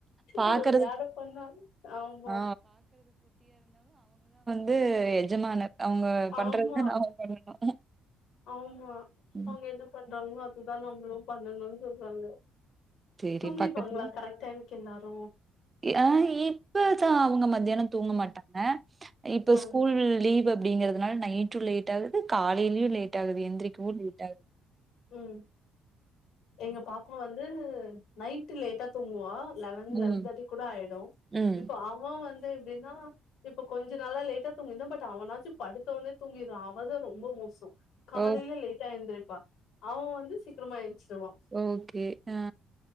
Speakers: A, on the right; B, on the left.
A: பாக்குறது
B: இவ வியாலா பண்ணா ஆமா
A: ஆ து எஜமானர் அவங்க பண்றதுதான்
B: ஆமா
A: நாம பண்ணணும்.
B: ஆமா
A: ம்.
B: அவங்க எந்த பத் பன்னரங்காலோ அது தா நம்மலு பண்ணனு சொல்லுறாங்க
A: சரி
B: தூங்கிப்பாங்களா
A: பக்கத்துல
B: கரெக்ட் டைம் எல்லாரு
A: ஆ இப்பதா அவங்க மத்தியான தூங்க மாட்டாங்க இப்ப
B: ஆ
A: ஸ்கூல் லீவ் அப்படிங்கறத அதனால நைட்டு லேட் ஆகுது காலையிலயு லேட் ஆகுது எந்திரக் ஊறுனுட்டு விட்டாங்க
B: ம் எங்க பாப்பா வந்து நைட் லேட்டா தூங்குவா லெவன் லெவன்
A: ம்.
B: தேர்ட்டி கூட ஆயிடு
A: ம்.
B: இப்ப அவன் வந் து எப்டின்னா இப்ப கொஞ்ச நாளா லேட்டா தூங்கிருந்தா பட் அவனாச்சு படுத்த ஒன்னே தூங்கிர்றான் அவதா ரொம்போ மோசோ காலைல
A: ஓ
B: லேட்டா எந்திரி பா அவன் வந்து சீக்கிரமா எந்திச்சிருவா
A: ஓகே ஆ